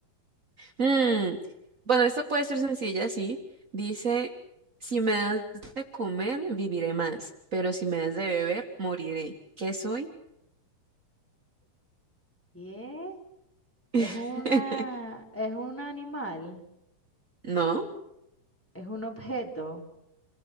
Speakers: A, on the right (about 45°); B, in the centre.
A: Mm, Bueno, esto puede ser sencilla, sí. Dice, si me das de comer, viviré más, pero si me das de beber, moriré. ¿Qué soy?
B: ¿Qué?
A: <laughs>
B: Es una, es un animal,
A: No,
B: es un objeto.